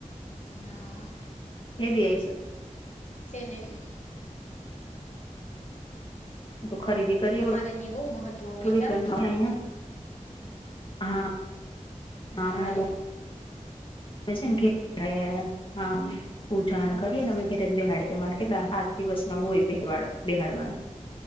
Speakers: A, on the left; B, on the left.
A: નાં
B: કે દી આઈશ
A: ને એટલે
B: તો ખરીદી કરીઓત
A: તમારે ત્યાં બહુ મહત્ત્વ
B: થોડી
A: હોય કા
B: ગંદી આઈ આં હા
A: નાં
B: અમારે
A: આયેટ
B: બહુ છે ને ઘે હા પૂજાન
A: હા
B: કરીએ
A: હે
B: ને અમે ઘેરેજ બેહાડે એમાં કેટલા હાત, દિવસ ના હોય બેહવાડ બેહાડવાના